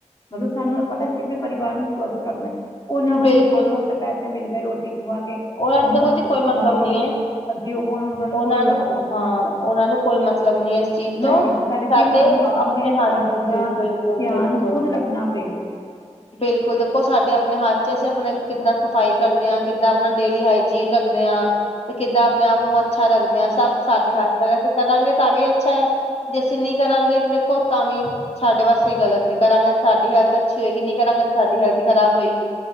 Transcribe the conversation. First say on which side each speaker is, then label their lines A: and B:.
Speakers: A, on the left; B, on the left.
A: ਮਤਲਬ ਸਾਨੂੰ ਪਤਾ ਸੀ ਆਪਣੇ ਪਰਿਵਾਰ ਨੂੰ ਸਵਸਥ ਰੱਖਣਾ ਉਹਨਾਂ ਵੱਲੋਂ
B: ਬਿਲਕੁਲ
A: ਕੀ ਉਹਨਾਂ ਨੂੰ। ਪੈਸੇ ਮਿਲ ਗਏ ਰੋਟੀ ਖਵਾ ਕੇ।
B: ਉਹਨਾਂ
A: ਉਹਨੂੰ
B: ਨੂੰ ਦੇਖੋ ਜੀ
A: ਤੁਸੀਂ
B: ਕੋਈ ਮਤਲਬ
A: ਮਰੋ
B: ਨੀ
A: ਜੀਓ
B: ਐ।
A: ਮਰਜ਼ ਹੋੋ ਉਹਨੂੰ
B: ਉਹਨਾਂ
A: ਕੋਈ
B: ਨੂੰ
A: ਮਤਲਬ ਨ
B: ਹਾਂ
A: ਹੈ।
B: ਉਹਨਾਂ ਨੂੰ ਕੋਈ ਮਤਲਬ ਨੀ ਇਸ ਚੀਜ਼ ਤੋਂ
A: ਹਨ ਇਸ ਕਰਕੇ
B: ਸਾਡੇ
A: ਤੁਹਾਨੂੰ ਆਪਣੇ ਸਵਸਥ
B: ਹੱਥ ਵਿੱਚ
A: ਦਾ ਧਿਆਨ
B: ਬਿਲਕੁਲ ਬਿਲਕੁਲ
A: ਖੁਦ ਰੱਖ। ਰੱਖਣਾ ਪਏਗਾ।
B: ਬਿਲਕੁਲ ਦੇਖੋ ਸਾਡੇ ਆਪਣੇ ਹੱਥ ਚ ਅਸੀਂ ਆਪਣਾ ਕਿੱਦਾਂ ਸਫ਼ਾਈ ਕਰਦੇ ਹਾਂ ਕਿੱਦਾਂ ਆਪਣਾ ਡੇਲੀ ਹਾਈਜੀਨ ਰੱਖਦੇ ਹਾਂ। ਤੇ ਕਿੱਦਾਂ ਆਪਣੇ ਆਪ ਨੂੰ ਅੱਛਾ ਰੱਖਦੇ ਹਾਂ ਸਭ ਸਾਡੇ ਹੱਥ ਤੱਕ ਅਸੀਂ ਕਰਾਂਗੇ ਤਾਂ ਵੀ ਅੱਛਾ ਹੈ। ਜੇ ਅਸੀਂ ਨਹੀਂ ਕਰਾਂਗੇ ਦੇਖੋ ਤਾਂ ਵੀ ਸਾਡੇ ਵਾਸਤੇ ਹੀ ਗ਼ਲਤ ਹੈ ਕਰਾਂਗੇ ਤੇ ਸਾਡੀ ਹੈਲਥ ਅੱਛੀ ਹੋਏਗੀ। ਨਹੀਂ ਕਰਾਂਗੇ ਤੇ ਸਾਡੀ ਹੈਲਥ ਹੀ ਖਰਾਬ ਹੋਏਗੀ।